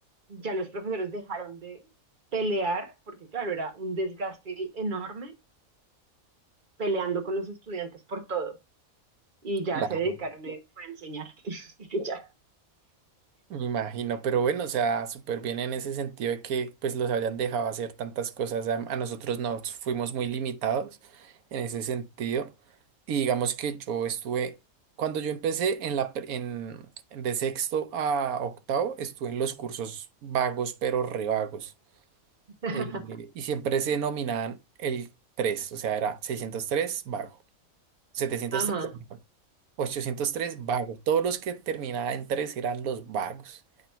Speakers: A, on the right (about 35°); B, on the right (about 80°).
A: ya los profesores dejaron de pelear, porque claro, era un desgaste enorme peleando con los estudiantes por todo. Y ya
B: <laughs> claro.
A: se dedicaron eh, fue a enseñar. <laughs> Y ya.
B: Me imagino, pero bueno, o sea, súper bien en ese sentido de que pues los hayan dejado hacer tantas cosas. A, a nosotros nos fuimos muy limitados en ese sentido. Y digamos que yo estuve, cuando yo empecé en la, pre- en, de sexto a octavo, estuve en los cursos vagos, pero re vagos.
A: <laughs>
B: Eh, y siempre se denominaban el 3 o sea, era 603 vago, setecientos
A: Ajá.
B: tres vago, 803 vago. Todos los que terminaban en 3 eran los vagos.